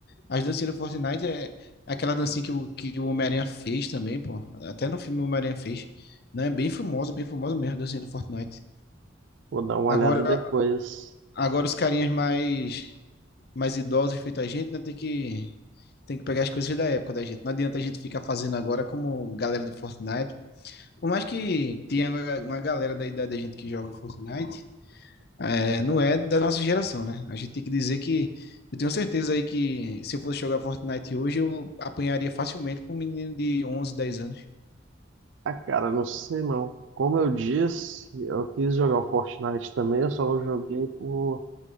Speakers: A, on the left; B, on the right.
A: As dancinhas do Fortnite é aquela dancinha que o, que o Homem-Aranha fez também, pô. Até no filme o Homem-Aranha fez. Né? Bem famosa, bem famosa mesmo a dancinha do Fortnite.
B: vou dar uma
A: Agora,
B: olhada depois.
A: agora os carinhas mais, mais idosos feito a gente, né? Tem que, tem que pegar as coisas da época da gente. Não adianta a gente ficar fazendo agora como galera do Fortnite. Por mais que tenha uma galera da idade da gente que joga Fortnite, É, não é da nossa geração, né? A gente tem que dizer que eu tenho certeza aí que se eu fosse jogar Fortnite hoje, eu apanharia facilmente para um menino de onze dez anos.
B: Ah, cara, não sei não. Como eu disse, eu quis jogar o Fortnite também, eu só não joguei por